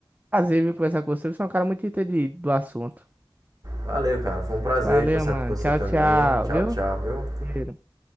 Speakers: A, on the right; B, on the right.
A: Prazer vir conversar com você. Você é um cara muito entendido do assunto.
B: Valeu, cara. Foi um prazer
A: Valeu,
B: conversar
A: mano.
B: com você
A: Tchau,
B: também.
A: tchau,
B: Tchau,
A: viu?
B: tchau, viu?
A: Cheiro.